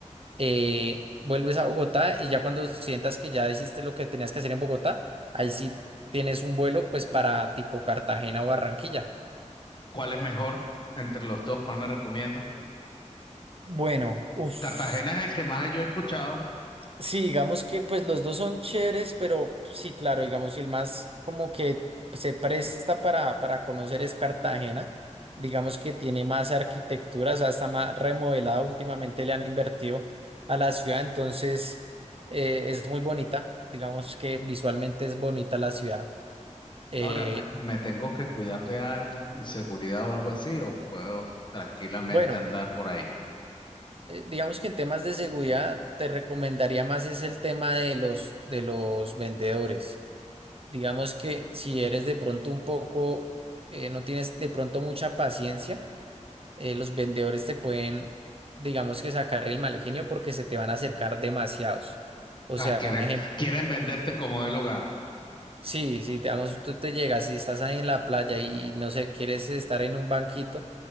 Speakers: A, on the right (about 50°); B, on the left (about 40°).
A: eh, vuelves a Bogotá y ya cuando sientas que ya hiciste lo que tenías que hacer en Bogotá, ahí sí tienes un vuelo pues para tipo Cartagena o Barranquilla.
B: ¿cuál es mejor entre los dos? ¿Cuál me recomiendas?
A: Bueno,
B: Pues,
A: uff,
B: Cartagena es el que más yo he escuchado.
A: sí, digamos que pues los dos son chéveres, pero sí, claro, digamos el más como que se presta para, para conocer es Cartagena, digamos que tiene más arquitectura, o sea, está más remodelada, últimamente le han invertido a la ciudad, entonces eh, es muy bonita, digamos que visualmente es bonita la ciudad. Eh,
B: Ahora, ¿me, me tengo que cuidar de algo, inseguridad o algo así, o puedo tranquilamente
A: bueno,
B: andar por ahí?
A: eh, digamos que en temas de seguridad te recomendaría más es el tema de los de los vendedores. Digamos que si eres de pronto un poco, eh, no tienes de pronto mucha paciencia, eh, los vendedores te pueden, digamos que sacar el mal genio porque se te van a acercar demasiados. O
B: Ah,
A: sea,
B: quieren,
A: ejemplo.
B: quieren venderte como del hogar.
A: Sí, sí, digamos, tú te llegas y estás ahí en la playa y no sé, quieres estar en un banquito,